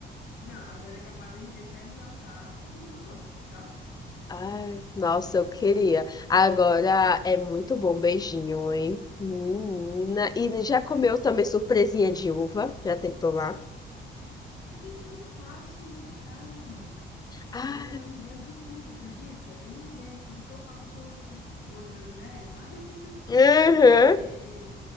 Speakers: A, on the left; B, on the left.
A: Não, agora é capaz de deixar de jantar pra fazer doce, tá?
B: Ai, nossa, eu queria. Agora é muito bom beijinho, hein? Menina. E já comeu
A: Ai, não.
B: também surpresinha de uva? Já tentou lá?
A: De- Eu faço isso em casa, menina.
B: Ai,
A: Eu invento de tudo, você acredita? Eu invento, por isso que eu falo que eu sou meio doida das ideias, sabe? <laughs>
B: uhum.
A: Porque